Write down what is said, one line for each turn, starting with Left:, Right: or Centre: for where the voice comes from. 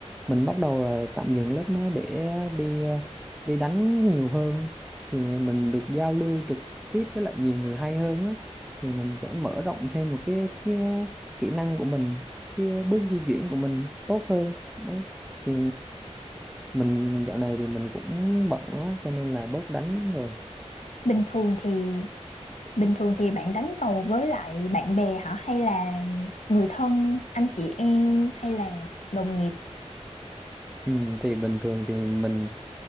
Centre: mình bắt đầu là tạm dừng lớp nó để đi à, đi đánh nhiều hơn thì mình được giao lưu trực tiếp với lại nhiều người hay hơn á thì mình sẽ mở rộng thêm một cái cái kỹ năng của mình cái bước di chuyển của mình tốt hơn đấy thì mình dạo này thì mình cũng bận quá cho nên là bớt đánh rồi
Left: Bình thường thì bình thường thì bạn đánh cầu với lại bạn bè hả? Hay là người thân, anh chị em hay là đồng nghiệp?
Centre: ừ, thì bình thường thì mình